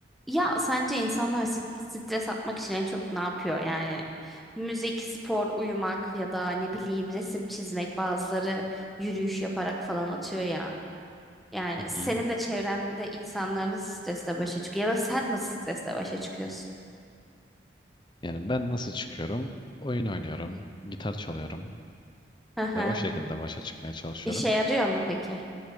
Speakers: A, in the centre; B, on the left (about 25°).
A: Ya sence insanlar st- stres atmak için en çok ne yapıyor? Yani müzik, spor, uyumak ya da ne bileyim resim çizmek bazıları yürüyüş yaparak falan atıyor ya. Yani
B: Hı
A: senin
B: hı.
A: de çevrende insanlar nasıl stresle başa çıkıyor ya da sen nasıl stresle başa çıkıyorsun?
B: Yani ben nasıl çıkıyorum? Oyun oynuyorum, gitar çalıyorum
A: Hı hı.
B: ve o şekilde başa çıkmaya çalışıyorum.
A: İşe yarıyor mu peki